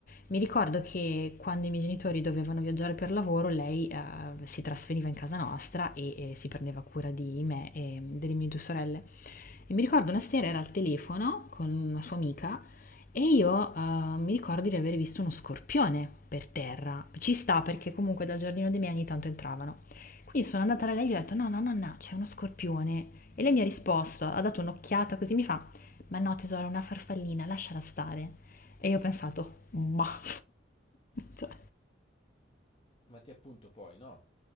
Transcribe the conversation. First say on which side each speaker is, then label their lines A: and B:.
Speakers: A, on the left (about 45°); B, on the left (about 30°).
A: mi ricordo che quando i miei genitori dovevano viaggiare per lavoro, lei ehm, si trasferiva in casa nostra e, e si prendeva cura di me e mm, delle mie due sorelle. E mi ricordo una sera era al telefono con una sua amica e io eh, mi ricordo di aver visto uno scorpione per terra. Ci sta perché comunque dal giardino dei miei ogni tanto entravano. Quindi sono andata da lei e gli ho detto: "No, no, nonna, c'è uno scorpione". E lei mi ha risposto, ha dato un'occhiata così, mi fa: "Ma no tesoro, è una farfallina, lasciala stare". E io ho pensato: "Mah". Cioè,
B: Ma ti appunto poi, no.